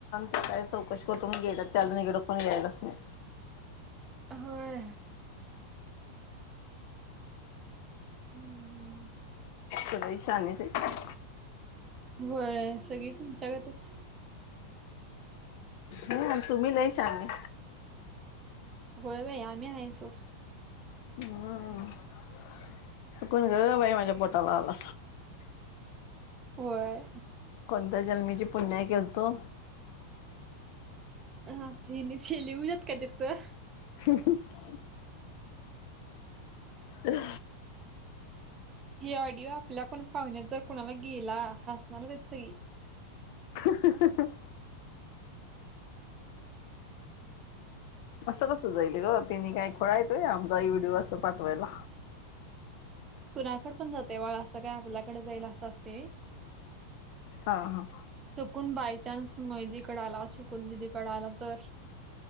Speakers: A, on the left; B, on the right.
A: तर काय चौकशी करतो म्हणून गेलेत ते अजून इकड फोन यायलाच नाही.
B: होय... ह ह..
A: सगळी शहाणीच आहेत.
B: होय सगळी तुमच्यागतच
A: ह तुम्ही लय शहाणे
B: होय होय हमे हाय सोड
A: हा.... चुकून ग बाई माझ्या पोटाला आला
B: होय..
A: कोणत्या जन्मीची पुण्याई केलतो.
B: हा <unintelligible> यात का तिथं
A: ह..... हम
B: हे ऑडिओ आपल्या कोण पाहुण्यात जर कुणाला गेला हसणारचय.
A: हं..... असं कसं जाईलग तेनी काय खुळा हाईत होय आमचा व्हिडिओ असं पाठवायला
B: कुणाकडं पण जाते बाळ असं काय आपल्याकडेच जाईल असं असते होय.
A: हा हा..
B: चूकून बायचान्स महिंदी कडे छकुल दिदीकडे आला तर?